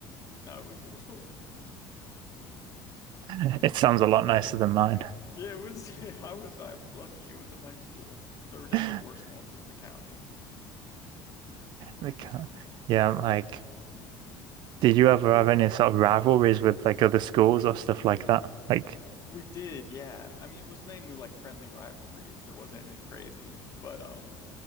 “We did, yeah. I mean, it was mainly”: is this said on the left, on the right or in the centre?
Left